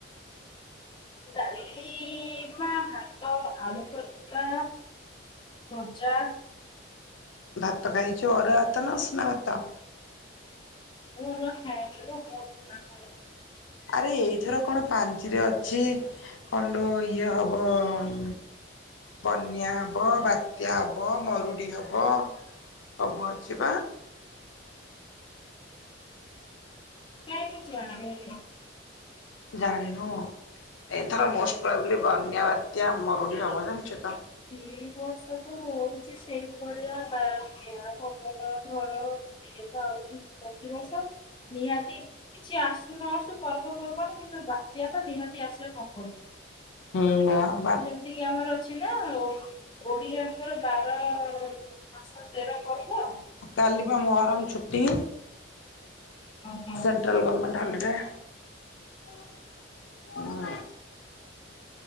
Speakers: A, on the left (about 25°); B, on the left (about 80°).
A: ଡାଲମା ଭାତ ଆଳୁ ର୍ଭତା ଭଜା
B: ଭାତ ଖାାଇଛୁ ଅରୁଆ ଭାତ ନା ଉଷୁନା ଭାତ।
A: <unintelligible>
B: ଆରେ ଏଇଥର କଣ ପାଞ୍ଚିରେ ଅଛି କଣ ଲୋ ଇଏ ହବ ଉ ବନ୍ୟା ହବ ବାତ୍ୟା ହବ ମରୁଡ଼ି ହବ ସବୁ ଅଛିି ବା।
A: କାଇଁ କିଛି ଜଣାପଡ଼ୁନି।
B: ଜାଣିନୁ ଏଥର ମୋଷ୍ଟ ପୁରାପୁରି ବନ୍ୟା ବାତ୍ୟା ମରୁଡି ହବ ଜାଣିଚୁ ତ।
A: ଦି ବର୍ଷ ତ ହଉଛି ସେଇଭଳିଆ ବାତ୍ୟା ପବନ ଝଡ ଇଏ ତ ଆଉଛି ପ୍ରତିବର୍ଷ ନିହାତି କିଛି ଆସୁ ନ ଆସୁ ପର୍ବ ପର୍ବାଣୀ କିନ୍ତୁ ବାତ୍ୟା ଟା ନିହାତି ଆସିବା କମ୍ପଲସରି।
B: ହୁଁ ବା ବା
A: ଡି ଆମର ଅଛି ନା ଆଉ! ଓ ଓଡ଼ିଆଙ୍କର ବାର ମାସ ତେର ପର୍ବ
B: କାଲି ବା ମହରମ ଛୁଟି।
A: କଣ
B: ସେଣ୍ଟ୍ରାଲ ଗମେଣ୍ଟ ହଲିଡେ ହୁଁ।